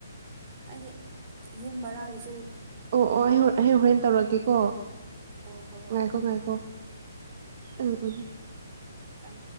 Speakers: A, on the right; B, on the right.
A: ꯍꯥꯏꯗꯤ ꯌꯨꯝ ꯕꯔꯥꯒꯤꯁꯨ
B: ꯑꯣ ꯑꯣ ꯑꯩ ꯑꯩꯦꯟ ꯍꯣꯔꯦꯟ ꯇꯧꯔꯛꯀꯦꯀꯣ
A: ꯑꯣ ꯍꯣꯏ ꯍꯣꯏ
B: ꯉꯥꯏꯈꯣ ꯉꯥꯏꯈꯣ ꯎꯝ ꯎꯝ
A: ꯀꯝ